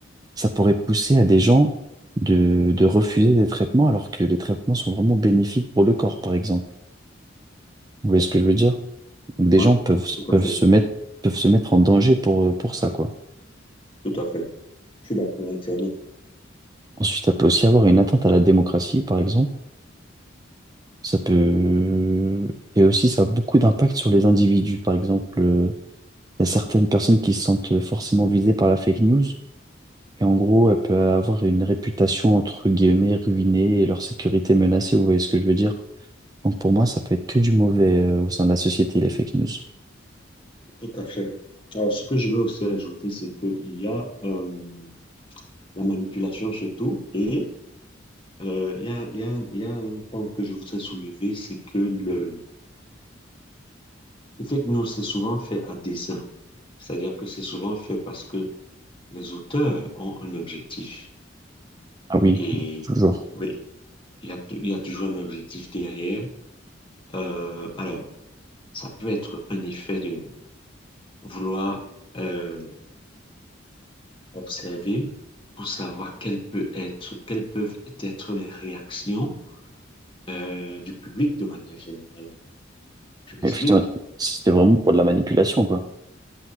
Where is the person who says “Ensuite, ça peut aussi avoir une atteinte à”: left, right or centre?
Right